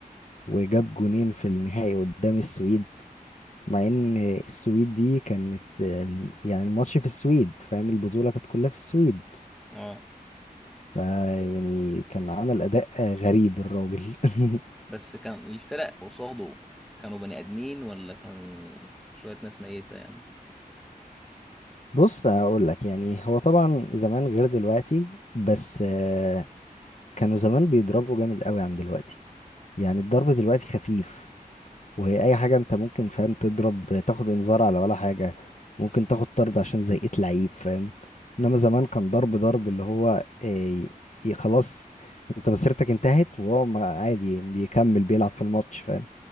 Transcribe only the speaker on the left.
وجاب جونين في النهائي قدام السويد مع ان السويد دي كانت آه، يعني الماتش في السويد فاهم البطولة كانت كلها في السويد
فيعني كان عمل اداء آه، غريب الراجل <laughs>
بص هقول لك يعني هو طبعا زمان غير دلوقتي بس آه، كانوا زمان بيضربوا جامد قوي عن دلوقتي يعني الضرب دلوقتي خفيف وهي اي حاجه انت ممكن فاهم تضرب تاخد انذار على ولا حاجه ممكن تاخد طرد عشان زيقت لعيب فاهم انما زمان كان ضرب ضرب اللي هو آه، ي- خلاص انت مسيرتك انتهت وهو ما- عادي بيكمل بيلعب في الماتش فاهم